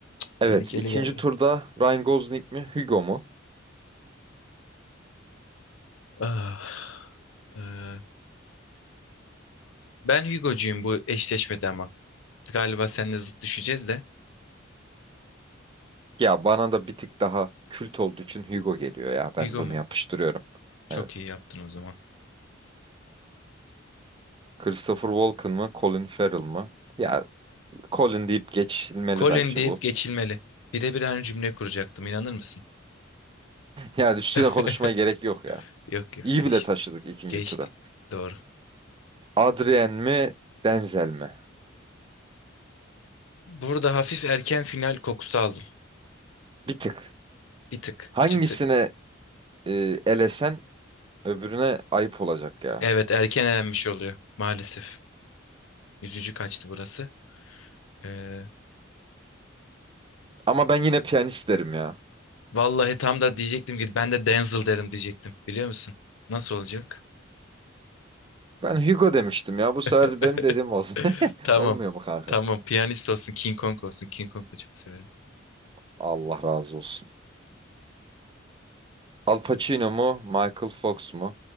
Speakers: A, on the left; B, on the right.
A: tehlikeli
B: Evet ikinci
A: geldi.
B: turda Ryan Gosling mi Hugo mu?
A: Ah, eee, Ben Hugo'cuyum bu eşleşmede ama. Galiba seninle zıt düşeceğiz de.
B: Ya bana da bir tık daha kült olduğu için Hugo geliyor ya ben
A: Hugo
B: bunu
A: mu?
B: yapıştırıyorum.
A: Çok
B: Evet.
A: iyi yaptın o zaman.
B: Christopher Walken mı Colin Farrell mı? Ya Colin deyip geçilmeli
A: Colin
B: bence
A: deyip
B: bu.
A: geçilmeli. Birebir aynı cümle kuracaktım inanır mısın?
B: Yani üstüne
A: <laughs>
B: konuşmaya gerek yok ya.
A: Yok yok
B: İyi
A: geçtik.
B: bile taşıdık ikinci
A: Geçtik.
B: tura.
A: Doğru.
B: Adrien mi Denzel mi?
A: Burada hafif erken final kokusu aldım.
B: Bir tık.
A: Bir tık.
B: Hangisine
A: Çıtı.
B: e, elesen öbürüne ayıp olacak ya.
A: Evet erken elenmiş oluyor. Maalesef. Üzücü kaçtı burası. Ee,
B: Ama ben yine piyanist derim ya.
A: vallahi tam da diyecektim ki ben de Denzel derim diyecektim. Biliyor musun? Nasıl olacak?
B: Ben Hugo demiştim ya. Bu sefer
A: <laughs>
B: benim dediğim olsun. <laughs>
A: Tamam.
B: Olmuyor mu kanka?
A: Tamam. Piyanist olsun, King Kong olsun. King Kong da çok severim.
B: Allah razı olsun. Al Pacino mu? Michael Fox mu?